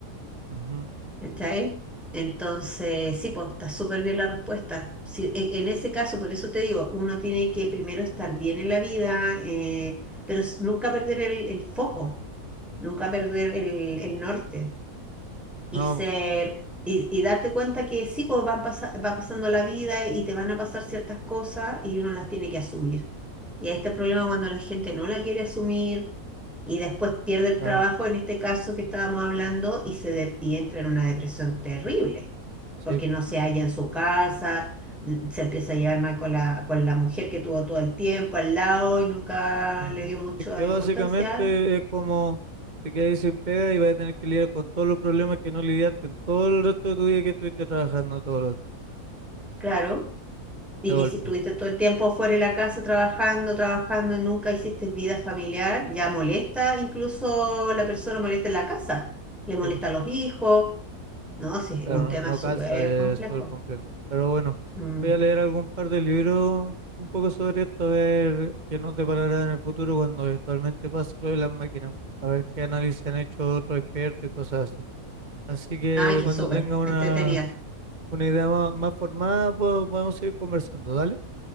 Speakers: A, on the right; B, in the centre.
A: Ujú.
B: ¿Cachai? Entonces, sí, pues está súper bien la respuesta. Sí, en, en ese caso, por eso te digo, uno tiene que primero estar bien en la vida, eh, pero s- nunca perder el, el foco, nunca perder el el norte
A: No,
B: y ser y, y darte cuenta que sí, pues van pasa- va pasando la vida y te van a pasar ciertas cosas y uno las tiene que asumir. Y ahí está el problema cuando la gente no la quiere asumir y después pierde el
A: claro.
B: trabajo, en este caso que estábamos hablando, y, se de- y entra en una depresión terrible,
A: Sí.
B: porque no se halla en su casa, mm, se empieza a llevar mal con la, con la mujer que tuvo todo el tiempo al lado y nunca
A: Ujú.
B: le dio mucha
A: Es que básicamente
B: importancia,
A: es como te quedas ahí sin pega y vas a tener que lidiar con todos los problemas que no lidiaste en todo el resto de tu vida que estuviste trabajando todos los días,
B: claro. Y
A: de
B: que
A: golpe.
B: si estuviste todo el tiempo fuera de la casa trabajando, trabajando, nunca hiciste vida familiar, ya molesta, incluso la persona molesta en la casa, le molesta
A: Sí. po.
B: a los hijos, ¿no? Sí,
A: Pero
B: es un tema
A: no, no
B: súper
A: calza,
B: complejo.
A: es súper complejo. Pero bueno,
B: Mm.
A: voy a leer algún par de libros un poco sobre esto, a ver qué nos deparará en el futuro cuando eventualmente pase lo de las máquinas, a ver qué análisis han hecho otros expertos y cosas así. Así que
B: Ay, qué
A: cuando
B: súper,
A: tenga una,
B: entretenida.
A: una idea más, más formada, pues, podemos seguir conversando, ¿dale?